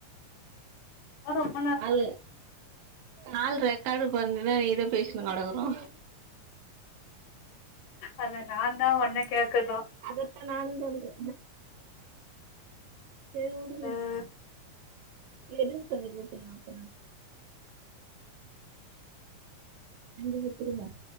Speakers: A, on the left; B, on the right.
A: ஆட்டா ம
B: காலு கால் ரெக்கார்டு பண்ணுனேன்னா நீ இத பேசு கடக்குறோ
A: அத நாந்தா ஒன்ன கேக்கணு
B: அதத்தா நானு சொல்றே செரி உடுங்க
A: ஆ
B: இது எதுன்னு சொல்லி குடுத்தீங்க அப்பறமா அஞ்சு வித்துருங்க